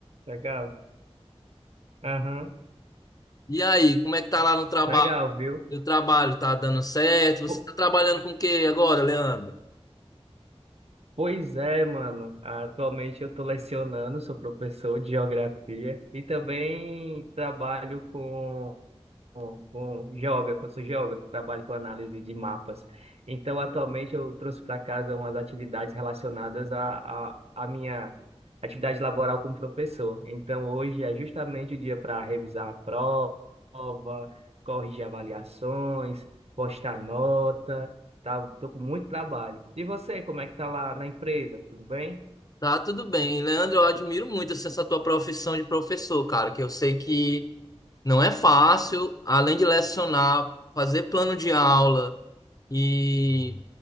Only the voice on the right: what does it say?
legal. Aham,
legal, viu?
Po-
Pois é, mano. Atualmente eu tô lecionando, sou professor de geografia e também trabalho com com um geógrafo, eu sou geógrafo, trabalho com análise de mapas. Então, atualmente, eu trouxe para casa umas atividades relacionadas à à à minha atividade laboral como professor. Então, hoje é justamente o dia para revisar a prova, corrigir avaliações, postar nota, tá? Tô com muito trabalho. E você, como é que tá lá na empresa? Tudo bem?